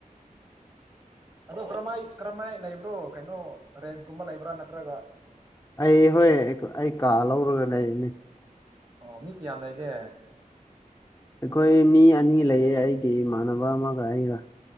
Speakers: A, on the right; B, on the left.
A: ꯑꯗꯣ ꯀꯔꯝꯍꯥꯏ ꯀꯔꯝꯍꯥꯏ ꯂꯩꯕ꯭ꯔꯣ ꯀꯩꯅꯣ ꯔꯦꯟꯀꯨꯝꯕ ꯂꯩꯕ꯭ꯔꯥ ꯅꯠꯇ꯭ꯔꯒ
B: ꯑꯩ ꯍꯣꯏ ꯑꯩ ꯀꯥ ꯂꯧꯔꯒ ꯂꯩꯕꯅꯤ
A: ꯑꯣ ꯃꯤ ꯀꯌꯥꯝ ꯂꯩꯒꯦ
B: ꯑꯩꯈꯣꯏ ꯃꯤ ꯑꯅꯤ ꯂꯩꯌꯦ ꯑꯩꯒꯤ ꯏꯃꯥꯟꯅꯕ ꯑꯃꯒ ꯑꯩꯒ